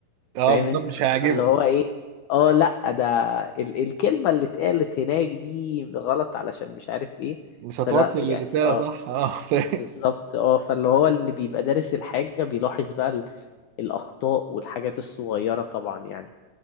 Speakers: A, on the right; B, on the left.
A: اه
B: فاهم
A: بالظبط
B: انت
A: مش هيعجبه
B: اللي هو ايه اه لا ده ال الكلمة اللي اتقالت هناك دي غلط علشان مش عارف ايه
A: مش هتوصل
B: فلا يعني
A: الرسالة
B: اه
A: صح <laughs> اه فاهم
B: بالظبط اه فاللي هو اللي بيبقى دارس الحاجة بيلاحظ بقى ال الاخطاء والحاجات الصغيرة طبعا يعني